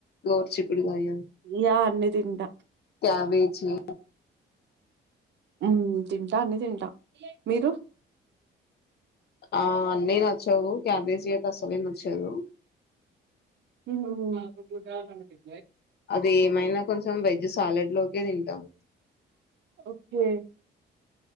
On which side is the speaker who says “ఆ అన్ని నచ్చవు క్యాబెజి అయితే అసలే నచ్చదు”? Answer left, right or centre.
Left